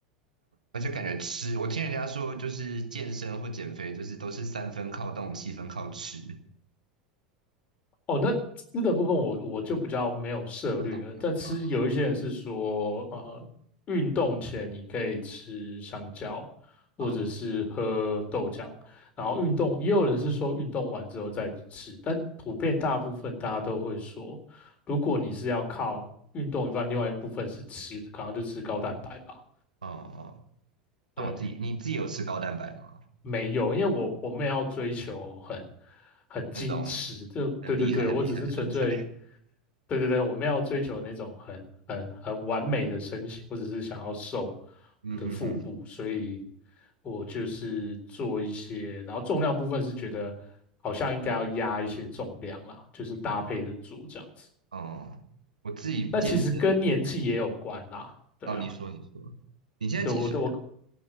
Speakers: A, on the right; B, on the left.
A: 而且感觉吃，我听人家说，就是健身或减肥，就是都是三分靠动，七分靠吃。
B: 哦，那吃的部分我我就比较没有涉略了，
A: 不懂啊，
B: 但吃有一些人是说，呃，运动前你可以吃香蕉，或者是喝豆浆，
A: 嗯嗯
B: 然后运动也有人是说运动完之后再吃，但普遍大部分大家都会说，如果你是要靠运动一半，另外一部分是吃，可能就吃高蛋白吧。
A: 嗯。哦
B: 对，
A: 那我自己，你自己有吃高蛋白吗？
B: 没有，因为我我没有要追求很很矜持，
A: 那种
B: 就对对对，
A: 很厉害、很厉害的身材。
B: 我只是纯粹对对对，我没有要追求那种很很很完美的身形，我只是想要瘦
A: 嗯哼哼。
B: 我的腹部，所以我就是做一些，然后重量部分是觉得好像应该要压一些重量啦，就是搭配的做这样子。
A: 哦，我自己健身一开始，
B: 那其实跟年纪也有关啦，对啊，
A: 哦，你说你说，你现在几岁啊？
B: 对我的我